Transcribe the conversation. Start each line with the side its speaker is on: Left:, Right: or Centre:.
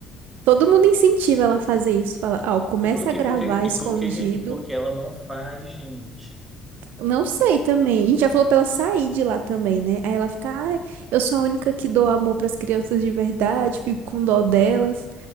Right: Todo mundo incentiva ela a fazer isso. Fala, ó, começa
Centre: E por, e
Right: a gravar
Centre: por que,
Right: escondido.
Centre: e por que, e por que ela não faz, gente?
Right: Não sei também. E já falou pra ela sair de lá também, né? Aí ela fica, ai, eu sou a única que dou amor pras crianças de verdade, fico com dó delas.